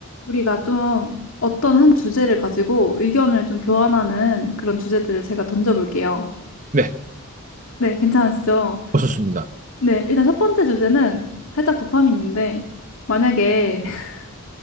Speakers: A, on the left; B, on the right.
A: 우리가 좀 어떤 한 주제를 가지고 의견을 좀 교환하는 그런 주제들을 제가 던져볼게요.
B: 네,
A: 네, 괜찮으시죠?
B: 오셨습니다
A: 네, 일단 첫 번째 주제는 살짝 도파민인데, 만약에 <laughs>